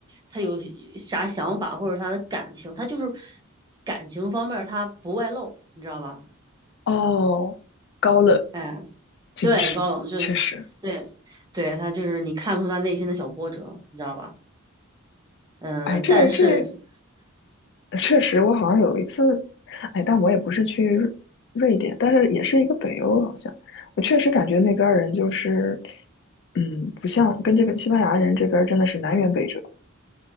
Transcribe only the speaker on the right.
他有啥想法，或者他的感情，他就是感情方面儿他不外露，你知道吧？
哎，
对，高冷就是对对，
他就是你看不出他内心的小波折，你知道吧？嗯，
但是